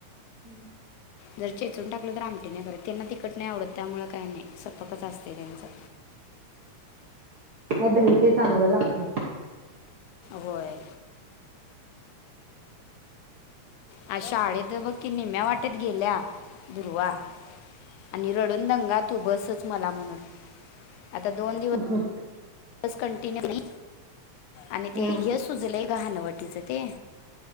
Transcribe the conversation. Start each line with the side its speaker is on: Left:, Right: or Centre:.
Right: हम्म.
Left: जर चेचून टाकलं तर आमटे नाही करत त्यांना तिकट नाही आवडत त्यामुळे काय नाही सपकच असते त्यांचं.
Right: ह अद मी ते चांगलं लागत.
Left: होय. अआज शाळेत बघ की निम्या वाटेत गेल्या दुर्वा. आणि रडून दंगा तू बसच मला म्हणून आता दोन दिवस.
Right: ह हा.
Left: स कंटिन्यू आणि ते
Right: हा
Left: हे सुजलंय का हानवटीच ते.